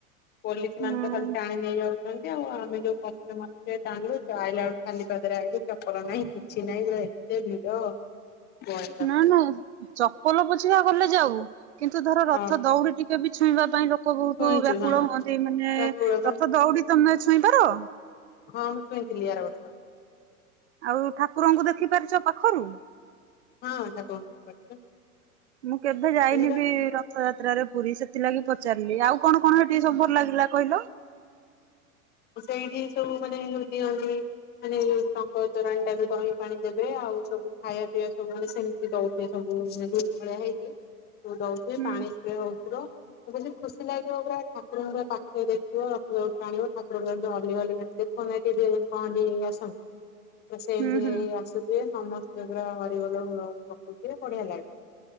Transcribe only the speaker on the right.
ହୁଁ।
ନା ନା ଚପଲ ପୋଛିବା ଗଲେ ଯାଉ କିନ୍ତୁ ଧର ରଥ
ଦଉଡି ଟି କେ ବି ଛୁଇଁବା ପାଇଁ ଲୋକ ବହୁତ
ବ୍ୟାକୁଳ
ହୁଅନ୍ତି ମାନେ
ରଥ ଦଉଡି ତମେ ଛୁଇଁପାର?
ଆଉ ଠାକୁରଙ୍କୁ ଦେଖି ପାରିଛ ପାଖରୁ।
ମୁଁ କେଭେ ଯାଇନି
ବି ରଥଯାତ୍ରାରେ ପୁରୀ ସେଥିଲାଗି ପଚାରିଲି ଆଉ କଣ କଣ ହେ ତି ସବୁୁ ଲାଗିଲା କହିଲ?
ହୁଁ
ହୁଁ
ହୁଁ